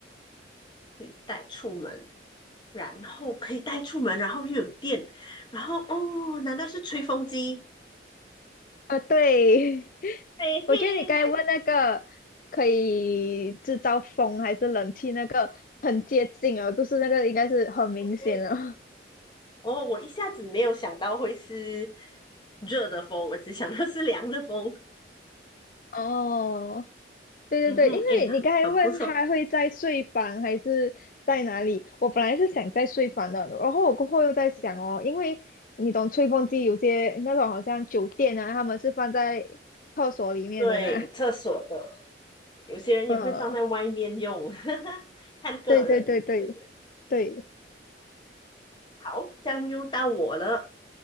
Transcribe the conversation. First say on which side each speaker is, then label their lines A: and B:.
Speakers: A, on the left; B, on the left.
A: 可以带出门。然后可以带出门，然后又有电，然后哦，难道是吹风机？
B: 啊，对，<laughs>
A: 嘿嘿，
B: 我觉得你刚才问那个可以制造风还是冷气那个很接近哦，
A: 才
B: 就是那个应该是很明显了。
A: 对。哦，我一下子没有想到会是热的风，我只想到是凉的风。
B: <laughs> 哦，对对对，
A: 嗯哼，
B: 因为你刚才问他会在睡房还是在哪里，
A: 哎，很不错。
B: 我本来是想在睡房的，然后我过后又在想哦，因为你懂吹风机有些那种好像酒店啊，他们是放在厕所里面的嘛，
A: 对，厕所的，有些人也会放在外面用，
B: <laughs> 嗯，
A: <laughs> 看个人。
B: 对对对对
A: 对对，
B: 对，
A: 好，这样又到我了。